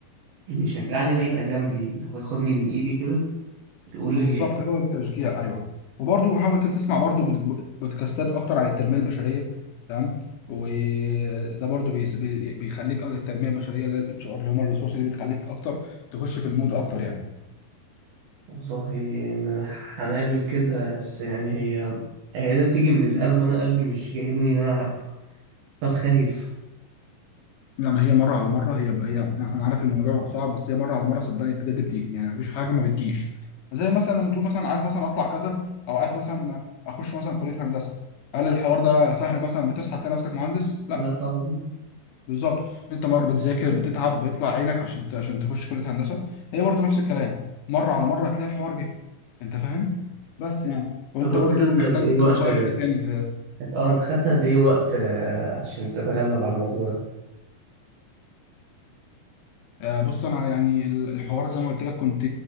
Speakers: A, on the right (about 75°); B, on the left (about 70°).
A: اللي يشجعني بقى يبقى جنبي اللي هو ياخدني من ايدي كده يقول
B: بالظبط
A: لي يعني
B: هو التشجيع ايوه وبرضه حاول انت تسمع برضه بود- بودكاستات اكتر عن التنميه البشريه تمام وده برضه بيس- بي- بيخليك التنميه البشريه اللي هي الاتش ار اللي هم الريسورس دي بتخليك اكتر تخش في المود اكتر يعني
A: والله هنعمل كده بس يعني هي هي لازم تيجي من القلب وانا قلبي مش جايبني ان انا طب خايف
B: لا ما هي مرة على مرة هي هي أنا عارف إن الموضوع صعب بس هي مرة على مرة صدقني بجد بتيجي يعني مفيش حاجة ما بتجيش زي مثلا لما تقول مثلا عايز مثلا أطلع كذا أو عايز مثلا أخش مثلا كلية هندسة هل الحوار ده سهل مثلا بتصحى تلاقي نفسك مهندس؟ لا
A: لا طبعا
B: بالظبط أنت مرة بتذاكر بتتعب بيطلع عينك عشان ت- عشان تخش كلية هندسة هي برضو نفس الكلام مرة على مرة هتلاقي الحوار جه أنت فاهم؟ بس يعني وأنت
A: طب وانت
B: برضو
A: خدت
B: محتاج
A: قد ايه وقت
B: نصايح إيه تاني
A: انت اه انت خدت قد ايه وقت آه، عشان تتغلب على الموضوع ده
B: آه، بص انا يعني ال- الحوار زي ما قلت لك كنت